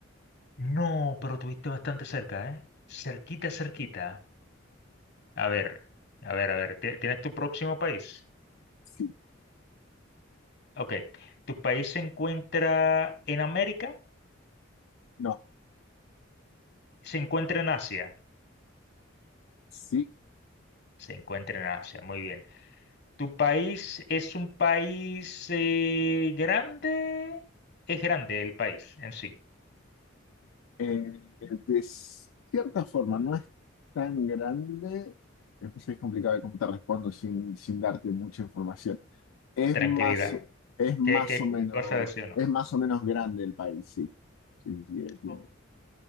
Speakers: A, on the left; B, on the left.
A: No, pero tuviste bastante cerca, ¿eh? Cerquita, cerquita. A ver, a ver, a ver, ¿ti- ¿tienes tu próximo país?
B: Sí.
A: Ok, ¿tu país se encuentra en América?
B: No,
A: ¿Se encuentra en Asia?
B: sí.
A: Se encuentra en Asia, muy bien. ¿Tu país es un país eh, grande? Es grande el país en sí.
B: Eh, de cierta forma, no es tan grande. eh, pues es complicado de cómo te respondo sin, sin darte mucha información. Es
A: Tranquilidad.
B: más, Eh, es más
A: ¿Qué, qué
B: o menos,
A: cosa decía o no?
B: es más o menos grande el país, sí. Sí, sí, eh, tiene-
A: O-